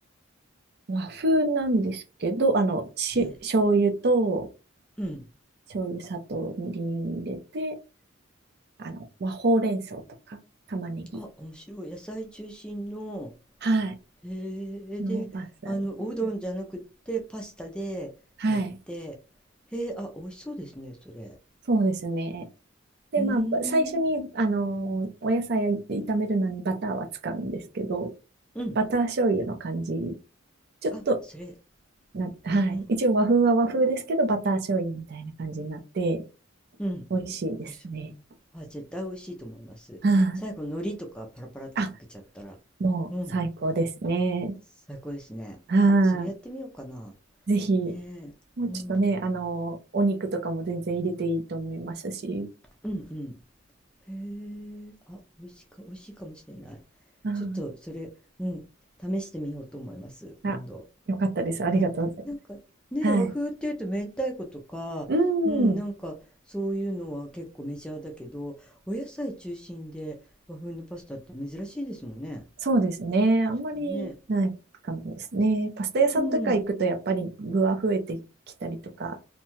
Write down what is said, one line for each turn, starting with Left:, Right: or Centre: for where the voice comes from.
Right: 和風なんですけど、あの、し、
Centre: ええ、
Right: 醤油と、
Centre: うん。
Right: 醤油、砂糖、みりん入れて、あの、まあ、ほうれん草とか玉ねぎ
Centre: あ、面白い。野菜中心の、
Right: はい。
Centre: へえ、
Right: のパスタですね。
Centre: で、あの、おうどんじゃなくってパスタでやって、
Right: はい。
Centre: へえ、あ、美味しそうですね、それ。
Right: そうですね。で、
Centre: うー
Right: まあ、ば最初に、
Centre: ん、
Right: あのー、お野菜を炒めるのにバターは使うんですけど、
Centre: うん。
Right: バター醤油の感じ、ちょっと、
Centre: あ、それ、
Right: な、はい。
Centre: うん、
Right: 一応和風は和風ですけど、バター醤油みたいな感じになって、
Centre: うん、美
Right: 美味しいですね。
Centre: 味しそう。あ、絶対美味しいと思います。
Right: はい。
Centre: 最後、海苔とかパラパラってかけちゃったら、
Right: あ、もう最高ですね。
Centre: うん、最高ですね。
Right: は
Centre: あ、それやってみようかな。
Right: い。ぜひ、
Centre: ねえ、
Right: もうちょっとね、
Centre: うん、
Right: あの、お肉とかも全然入れていいと思いましたし。
Centre: うん、うん。へえ、あ、美味しいか、美味しいかもしれない。
Right: はい
Centre: ちょっとそれ、うん、試してみようと思います、
Right: あ、
Centre: 今度。
Right: よかったです。ありがとうございます。
Centre: はい。なんかね、
Right: はい。
Centre: 和風っていうと明太子とか、
Right: う
Centre: うん、
Right: ん、
Centre: なんかそういうのは結構メジャーだけど、お野菜中心で和風のパスタって珍しいですもんね。
Right: そうですね。あんまりないかもですね。
Centre: 確かにね。
Right: パスタ屋さんとか行くと、
Centre: うん、
Right: やっぱり具は増えてきたりとか、